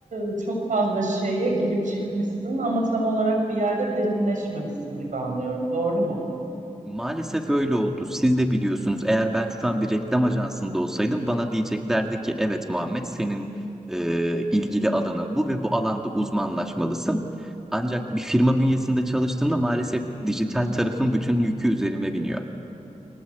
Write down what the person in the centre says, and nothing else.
Maalesef öyle oldu. Siz de biliyorsunuz. Eğer ben şu an bir reklam ajansında olsaydım bana diyeceklerdi ki evet Muhammed senin e, ilgili alanın bu ve bu alanda uzmanlaşmalısın. Ancak bir firma bünyesinde çalıştığımda maalesef dijital tarafın bütün yükü üzerime biniyor.